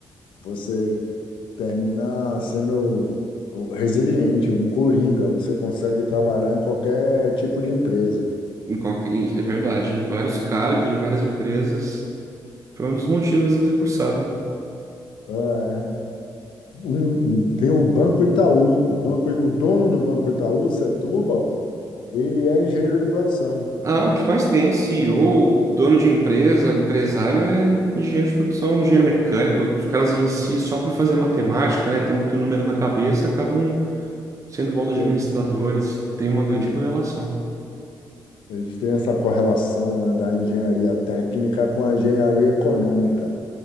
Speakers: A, on the left (about 85°); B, on the right (about 40°).
A: você termina sendo resiliente, um coringa. Você consegue trabalhar em qualquer tipo de empresa.
B: Em qualquer, em- é verdade, em vários cargos, de várias empresas. Foi um dos motivos de eu ter cursado.
A: É. Um- um- tem o Banco Itaú. O banco, o dono do Banco Itaú, Setúbal, ele é engenheiro de produção.
B: Ah, o que mais tem? CEO, dono de empresa, empresário é engenheiro de produção, engenheiro mecânico. Os caras em si, só por fazer matemática, né? Ter muito número na cabeça, acabam sendo bons
A: Tem-
B: administradores, tem uma grande
A: ele-
B: correlação.
A: eles têm essa correlação, né, da engenharia técnica com a engenharia econômica.